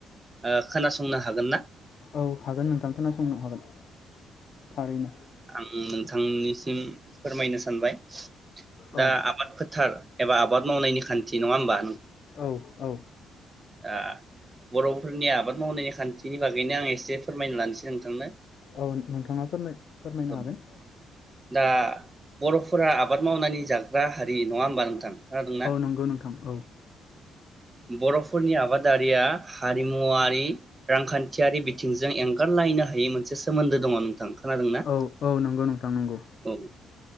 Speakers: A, on the right (about 25°); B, on the left (about 60°).
A: ओ खोनासंनो हागोन ना
B: औ हागोन नोंथां खोनासंनो हागोन थारैनो
A: उम नोंथांनिसिम फोरमायनो सानबाय <inaudible> दा
B: औ
A: आबाद फोथार एबा आबाद मावनायनि खान्थि थि नङा होनबा
B: औ औ
A: आ बर'फोरनि आबाद मावनायनि खानथिनि बागैनो आं एसे फोरमायना लानोसै नोंथांनो
B: औ नोंथाङा फोरमाय फोरमायनो
A: होमबा?
B: हागोन
A: दा बर'फोरा आबाद मावनानै जाग्रा हारि नङा होमबा नोंथां खोनादोंना
B: औ नंगौ नोंथां औ
A: बर'फोरनि आबादारिया हारिमुवारि रांखानथियारि बिथिंजों एंगारलायनो हायै मोनसे सोमोनदो दङ नोंथां खोनादोंना
B: औ औ नंगौ नोंथां नंगौ
A: औ